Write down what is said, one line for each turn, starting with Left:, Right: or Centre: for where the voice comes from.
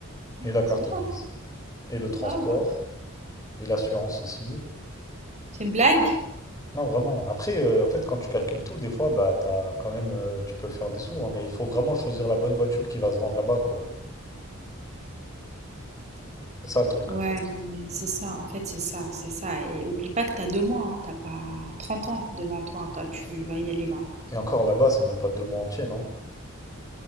Left: Et
Right: Mmh,
Left: la
Right: Mais
Left: carte
Right: c'est bien
Left: grise.
Right: ça.
Left: Et le transport.
Right: Ah bah,
Left: Et l'assurance ici.
Right: c'est une blague?
Left: Non, vraiment. Après, euh, en fait, quand tu calcules tout, des fois, bah, t'as quand même, euh, tu peux faire des sous, hein, mais il faut vraiment choisir la bonne voiture qui va se vendre là-bas, quoi. C'est ça le truc,
Right: Ouais,
Left: en fait.
Right: mais c'est ça, en fait, c'est ça, c'est ça. Et oublie pas que t'as deux mois, hein, t'as pas 30 ans devant toi quand tu vas y aller là. hein.
Left: Et encore là-bas, c'est même pas deux mois entiers, non?